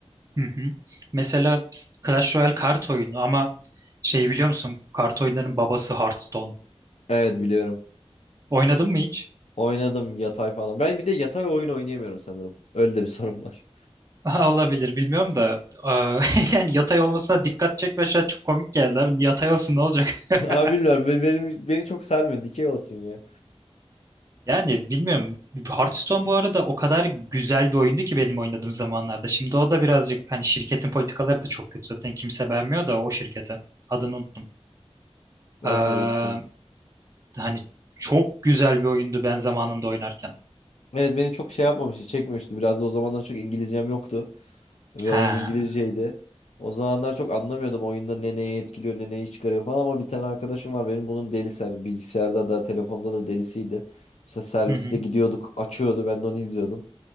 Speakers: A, on the right (about 30°); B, on the left (about 80°).
A: Hı hı. Mesela Clash Royale kart oyunu ama şey biliyor musun? Kart oyunlarının babası Hearthstone.
B: Evet biliyorum.
A: Oynadın mı hiç?
B: Oynadım yatay falan. Ben bir de yatay oyun oynayamıyorum sanırım. Öyle de bir sorun var.
A: <laughs> Aha, olabilir bilmiyorum da aa, <laughs> yani yatay olmasına dikkat çekme şey çok komik geldi abi. Yatay olsun ne olacak? <laughs>
B: <laughs> Abi bilmiyorum. be- Benim, beni çok sarmıyor. Dikey olsun ya.
A: Yani bilmiyorum. Hearthstone bu arada o kadar güzel bir oyundu ki benim oynadığım zamanlarda. Şimdi o da birazcık hani şirketin politikaları da çok kötü. Zaten kimse beğenmiyor da o şirkete. Adını unuttum.
B: Ben
A: Ee,
B: de unuttum.
A: hani çok güzel bir oyundu ben zamanında oynarken.
B: Evet beni çok şey yapmamıştı. Çekmemişti. Biraz da o zamanlar çok İngilizcem yoktu. Ve
A: Ha.
B: oyun İngilizceydi. O zamanlar çok anlamıyordum oyunda ne neyi etkiliyor ne neyi çıkarıyor falan ama bir tane arkadaşım var benim bunun delisi hani bilgisayarda da telefonda da delisiydi. Mesela serviste
A: Hı hı.
B: gidiyorduk açıyordu ben de onu izliyordum.